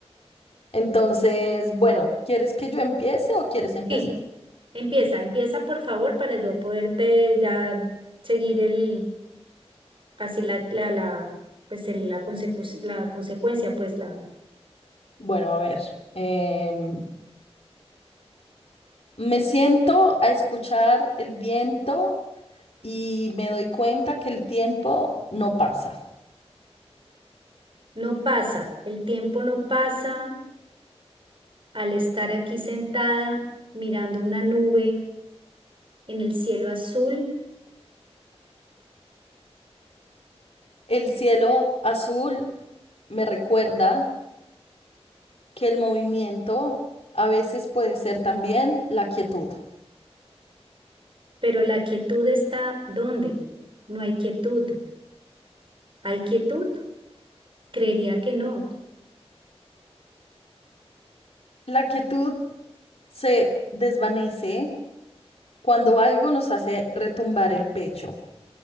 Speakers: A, on the left; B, on the right.
A: Entonces, bueno, ¿quieres que yo empiece o quieres empezar?
B: Sí, empieza, empieza por favor para yo poderte ya seguir el, así la, la, la, pues el- la, consecu- la consecuencia, pues la,
A: Bueno, a ver. em, me siento a escuchar el viento y me doy cuenta que el tiempo no pasa.
B: no pasa, el tiempo no pasa al estar aquí sentada mirando una nube en el cielo azul
A: El cielo azul me recuerda que el movimiento a veces puede ser también la quietud.
B: Pero la quietud está ¿dónde? No hay quietud. ¿Hay quietud? Creería que no.
A: La quietud se desvanece cuando algo nos hace retumbar el pecho.